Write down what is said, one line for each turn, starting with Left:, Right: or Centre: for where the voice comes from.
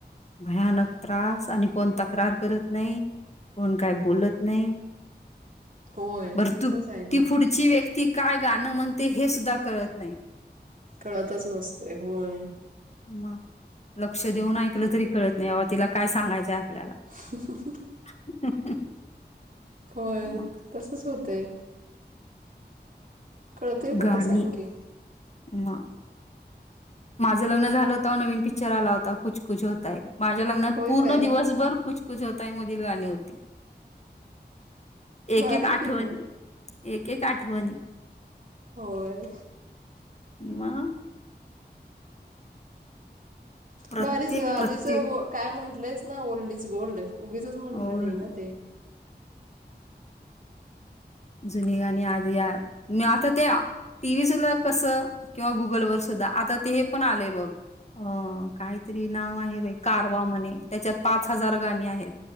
Left: भयानक त्रास आणि कोण तक्रार करत नाही. कोण काय बोलत नाही.
Right: होय,
Left: बर
Right: तसंच
Left: तू
Right: आहे गं.
Left: ती पुढची व्यक्ती काय गाणं म्हणते हे सुद्धा कळत नाही
Right: कळतच नसते होय.
Left: मग लक्ष देऊन ऐकलं तरी कळत नाही बाबा तिला काय सांगायचंय आपल्याला
Right: <inaudible>
Left: <inaudible>
Right: होय
Left: मग
Right: तसंच होतय. कळतंय कुठं
Left: गाणी
Right: सांग की?
Left: मा माझं लग्न झालं होत नवीन पिक्चर आला होता कुछ कुछ होता है, माझ्या लग्नात
Right: होय
Left: पूर्ण
Right: काय?
Left: दिवसभर कुछ कुछ होता है, मधील गाणी होती एक
Right: भारी
Left: एक आठवण
Right: की मग.
Left: एक एक आठवण
Right: होय.
Left: मग प्रत्येक,
Right: बारीच ग आधीच
Left: प्रत्येक
Right: घोळ काय म्हटलंयच ना ओल्ड इज गोल्ड उगीचच म्हटलं
Left: ओल्ड,
Right: नाही ना ते
Left: जुनी गाणी आलिया मी आता ते टीव्ही सुद्धा कस किंवा गुगलवर सुद्धा आता ते हे पण आलेय बघ अह काहीतरी नाव आहे बाई, कारवा म्हणे त्याच्यात पाच हजार गाणी आहेत.